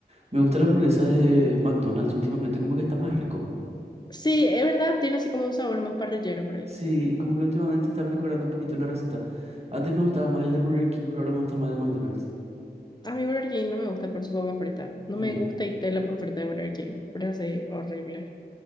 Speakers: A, on the right; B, on the left.
A: Me gusta la hamburguesa de McDonald's últimamente, como que está más rico.
B: Sí, es verdad, tiene así como un sabor más parrillero por ahí.
A: Sí, como que últimamente está mejorando un poquito la receta. Antes me gustaba más el de Burger King, pero ahora me gusta más el de McDonald's.
B: A mí Burger King no me gusta por su papa frita. No
A: Mm,
B: me gusta y la papa frita de Burger King. Pero es así, horrible.